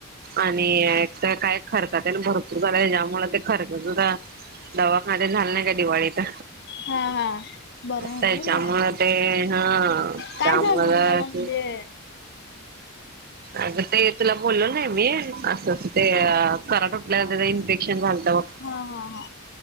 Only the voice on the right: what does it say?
आणि एक तर काय खर्चा तेन भरपूर झालाय त्याज्यामुळे ते खर्चाचं <unintelligible> दवाखाने झाल नाही का दिवाळीत.
त्याच्यामुळं
ते हा
त्यामुळं
अग ताई तुला बोललो नाही मी असं अस ते अ खरा ठुटल्या वर इन्फेक्शन झालंत बग